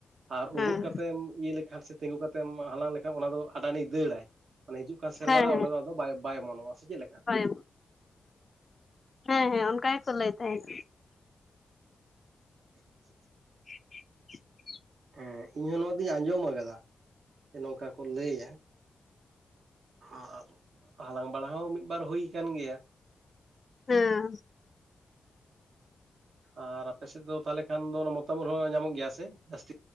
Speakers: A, on the right; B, on the left.
A: ᱟᱨ
B: ᱦᱮᱸ
A: ᱩᱸᱜᱩᱫ ᱠᱟᱛᱮᱢ ᱤᱭᱟᱹ ᱞᱮᱠᱷᱟᱱ ᱥᱮ ᱛᱤᱸᱜᱩ ᱠᱟᱛᱮᱢ ᱦᱟᱞᱟᱝ ᱞᱮᱠᱷᱟᱱ ᱚᱱᱟ ᱫᱚ ᱟᱰᱟᱱᱤ ᱫᱟᱹᱲᱟᱭ। ᱢᱟᱱᱮ ᱦᱤᱡᱩᱜ ᱠᱟᱱ ᱥᱮᱨᱢᱟ
B: ᱦᱮᱸ
A: ᱫᱚ ᱚᱸᱰᱮ ᱫᱚ ᱟᱫᱚ ᱵᱟᱭ ᱮᱢᱚᱱᱚᱜᱼᱟ ᱥᱮ ᱪᱮᱫ ᱞᱮᱠᱟ।
B: ᱦᱳᱭ ᱦᱮᱸ ᱦᱮᱸ ᱚᱱᱠᱟ ᱜᱮᱠᱚ ᱞᱟᱹᱭ ᱛᱟᱦᱮᱸᱫ।
A: <unintelligible>
B: <unintelligible>
A: ᱦᱮᱸ ᱤᱧ ᱦᱚᱸ ᱱᱚᱣᱟ ᱫᱚᱧ ᱟᱸᱡᱚᱢ ᱟᱠᱟᱫᱟ, ᱡᱮ ᱱᱚᱝᱠᱟ ᱠᱚ ᱞᱟᱹᱭᱟ। ᱟᱨ ᱦᱟᱞᱟᱝ ᱵᱟᱲᱟ ᱦᱚᱸ ᱢᱤᱫᱵᱟᱨ ᱦᱩᱭ ᱟᱠᱟᱱ ᱜᱮᱭᱟ,
B: ᱦᱚᱸ
A: ᱟᱨ ᱟᱯᱮ ᱥᱮᱫ ᱫᱚ ᱛᱟᱦᱞᱮ ᱠᱷᱟᱱ ᱫᱚ ᱢᱚᱛᱟᱢ ᱩᱫ ᱦᱚᱸ ᱧᱟᱢᱚᱜ ᱜᱮᱭᱟ ᱥᱮ ᱡᱟᱹᱥᱛᱤ,